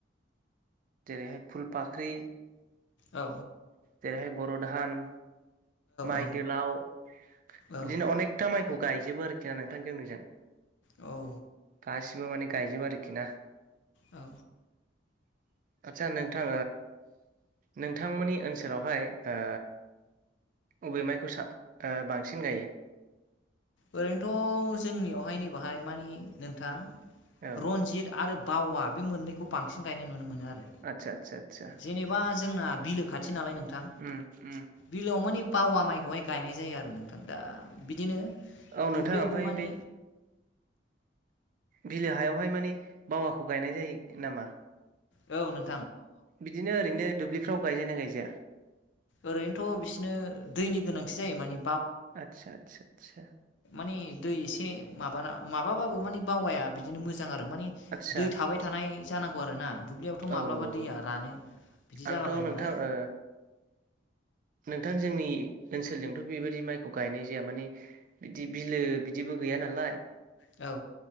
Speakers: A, on the right; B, on the left.
A: जेरैहाय फुल फाख्रि
B: औ
A: जेरैहाय बरधान माइ
B: औ
A: गोलाव बिदिनो
B: औ औ
A: अनेखथा माइखौ गायजोबो आरोखि ना नोंथां जोंनिजों
B: औ
A: गासिबो माने गायजोबो आरोखि ना
B: औ
A: <inaudible> आतसा नोंथां नोंथांमोननि ओनसोलावहाय ओ अबे माइखौ ओ बांसिन गायो
B: ओरैनोथ जोंनियावहाय नैबाहाय माने नोंथां
A: औ
B: रनजित आरो बावा बे मोननैखौ बांसिन गायनाय नुनो मोनो आरो
A: आदसा आदसा आदसा
B: जेनेबा जोंना बिलो खाथि खाथि नालाय नोंथां
A: उम उम
B: बिलोआव माने बावा माइखौहाय गायनाय जायो आरो नोंथां दा बिदिनो
A: औ
B: दुब्लियावबो
A: नोंथाङा ओमफ्राय
B: माने
A: बे बिलो हायावहाय माने बावाखौ गायनाय जायो नामा
B: औ नों
A: बिदिनो ओरैनो दुब्लिफ्राव गायजायो ना गायजाया
B: ओरैनोथ‌‌ बिसोरनो दैनि गोनांथि जायो माने
A: आतसा आतसा आतसा
B: मानि दै एसे माबाना माबाबाबो माने बावाया बिदिनो मोजां आरो माने
A: आदसा
B: दै थाबाय थानाय जानांगौ आरो ना दुब्लियावथ
A: औ
B: माब्लाबा दैया
A: औ
B: रानो बिदि जालाबायो
A: आंथ नोंथां
B: नालाय
A: ओ नोंथां जोंनि ओनसोलजोंथ बेबायदि माइखौ गायनाय जाया माने बिदि बिलो बिदि जेबो गैया नालाय
B: औ